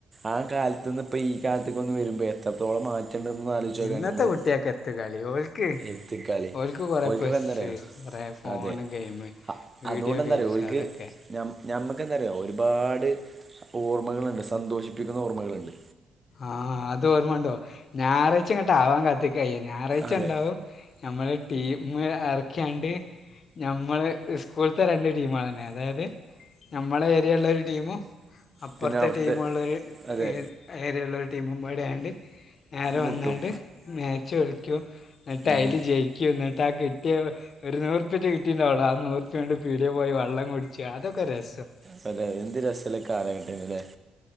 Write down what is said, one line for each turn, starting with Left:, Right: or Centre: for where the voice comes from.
Right: ആ കാൽത്ത്ന്ന് പ്പ ഈ കാൽത്ക്കൊന്ന് വരുമ്പോ എത്രത്തോളം മാറ്റ- റ്റണ്ട്ന്ന് ന്നാലോയ്ചോക്ക്യാണ്യമ്മള്
Left: ഇന്നത്തെ കുട്ടികൾക്ക് എത്ത് കളി ഓൽക്ക്
Right: എത്തിക്കളി
Left: ഓൽക്ക് കുറേ
Right: ഓിൽക്ക്പെന്തറ്യോ.
Left: പെസ്സ് കുറേ ഫോണ്
Right: അതെ
Left: ഗെയിം
Right: അ
Left: വീഡിയോ
Right: അതോണ്ടെന്തറ്യോ
Left: ഗെയിംസ്
Right: ഓൽക്ക്
Left: അതൊക്കെ
Right: ഞമ് ഞമ്മക്കെന്തറ്യോ ഒരുപാട് ഓർമ്മകളുണ്ട് സന്തോഷിപ്പിക്കുന്ന ഓർമ്മകള്ണ്ട്.
Left: ആഹ അതോർമ്മ ണ്ടോ ഞാറാഴ്ച്ച ങ്ങട്ടാവാൻ കത്തിക്കയ്യ ഞാറാഴ്ച്ച
Right: അതെ
Left: ഉ ണ്ടാവും. ഞമ്മള് ടീം എറക്ക്യാണ്ട്. ഞമ്മള് സ്കൂൾത്തെ രണ്ട് ടീമാളെന്നെ അതായത്. ഞ്ഞമ്മളേരിയള്ള ഒരു ടീമും അപ്പർത്തെ
Right: പിന്നെ അവിടുത്തെ
Left: ടീമുള്ളരു
Right: അതെ
Left: ഏരി ഏരിയെള്ളരു ടീമുംപാടായാണ്ട് നേരെ
Right: മുട്ടും
Left: വന്നാണ്ട് മാച്ച് ൾക്ക്യും. ന്നട്ടൈല്
Right: ഉം.
Left: ജയ്ക്ക്യും ന്നട്ടാ കിട്ട്യ. ഒരു നൂറുപ്പ്യറ്റ കിട്ടീണ്ടാവുള്ളൂ ആ നൂറുപ്പ്യോണ്ട് പീടിയെ പോയി വള്ളം കുട്ച്ച് അതൊക്കെ രസം.
Right: പലേ എന്ത് രസല്ല കാലഘട്ടേന്നു ല്ലേ?